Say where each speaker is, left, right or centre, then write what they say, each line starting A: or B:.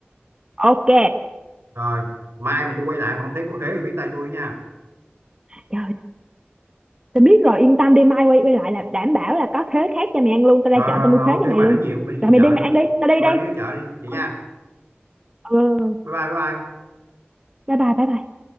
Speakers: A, on the right; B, on the right.
A: ok
B: rồi mai mà tôi quay lại mà không thấy có khế thì biết tay tôi nha
A: trời tao biết rồi yên tâm đi mai quay quay lại là đảm bảo là có khế khác cho mày ăn luôn tao ra
B: rồi
A: chợ
B: rồi,
A: tao
B: rồi
A: mua khế
B: ok
A: cho mày
B: bà
A: luôn
B: nói nhiều quá, bà đi về
A: rồi mày
B: chợ
A: đi mày
B: đi
A: ăn đi tao đi
B: Rồi
A: đây
B: bà đi ra chợ đi vậy nha
A: ừ, ừ,
B: bye bye bye bye
A: bye bye bye bye